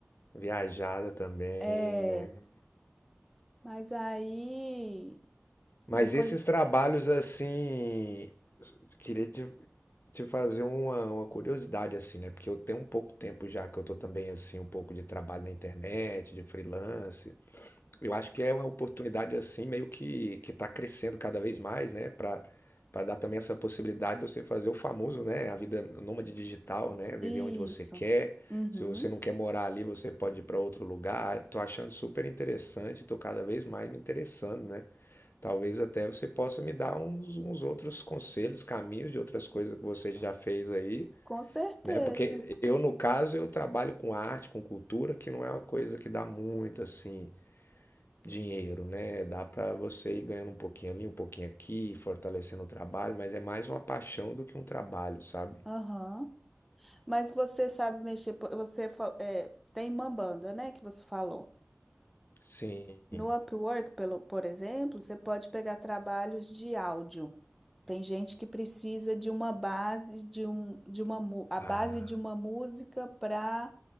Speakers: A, on the left (about 55°); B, in the centre.
A: viajada também,
B: É,
A: né?
B: mas aí
A: Mas
B: depois
A: esses trabalhos assim, queria te, te fazer uma, uma curiosidade assim, né? Porque eu tenho um pouco tempo já que eu tô também assim, um pouco de trabalho na internet, de freelance. Eu acho que é uma oportunidade assim, meio que que está crescendo cada vez mais, né? Para para dar também essa possibilidade de você fazer o famoso, né? A vida nômade digital, né? Viver
B: isso.
A: onde você quer.
B: Uhum.
A: Se você não quer morar ali, você pode ir para outro lugar. Tô achando super interessante, tô cada vez mais me interessando, né? Talvez até você possa me dar uns, uns outros conselhos, caminhos de outras coisas que você já fez aí,
B: Com certeza.
A: né? Porque eu, no caso, eu trabalho com arte, com cultura, que não é uma coisa que dá muito assim dinheiro, né? Dá para você ir ganhando um pouquinho ali, um pouquinho aqui, fortalecendo o trabalho, mas é mais uma paixão do que um trabalho, sabe?
B: Aham. Mas você sabe mexer, po- você fa- é, tem Mambanda, né, que você falou.
A: Sim.
B: No Upwork, pelo, por exemplo, você pode pegar trabalhos de áudio. Tem gente que precisa de uma base de um de uma mu- a
A: Ah,
B: base de uma música para,